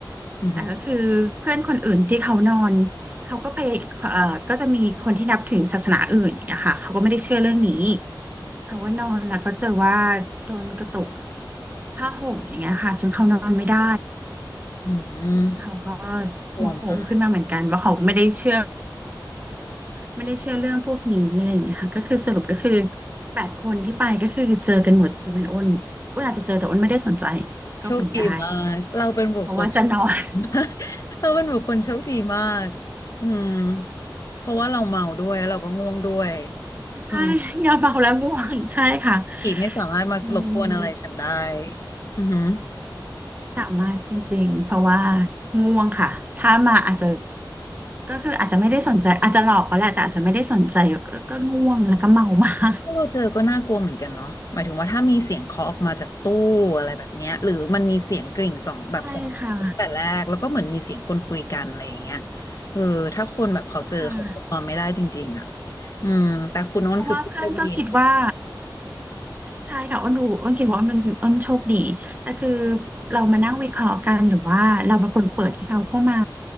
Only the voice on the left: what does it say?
อื
มอืม
กลัวมาก
โชคดีมาก
เราเป็นบุคคล
<laughs> เราเป็นบุคคลโชคดีมากอืมเพราะว่าเราเมาด้วยเราก็ง่วงด้วย
อืมผีไม่สามารถมารบกวนอะไรฉันได้
อือหือ
ถ้าเราเจอก็น่ากลัวเหมือนกันเนาะหมายถึงว่าถ้ามีเสียงเคาะออกมาจากตู้อะไรแบบเนี้ยหรือมันมีเสียงกริ่งสองแบบสองครั้งตั้งแต่แรกแล้วก็เหมือนมีเสียงคนคุยกันอะไรอย่างเงี้ย
เออถ้าคนแบบเขาเจอเขาคงนอนไม่ได้จริงๆอ่ะ
อืมแต่คุณโน้นคือเป็นเพื่อนดี